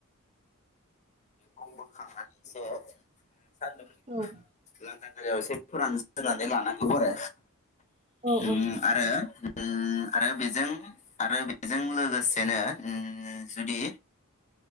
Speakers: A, on the left; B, on the right.
A: <unintelligible> <unintelligible> <unintelligible>
B: औ
A: एसे फोरानस्रोनानै लानांगौ आरो
B: औ
A: ओम
B: औ
A: आरो ओम आरो बेजों आरो बेजों लोगोसेनो ओम जुदि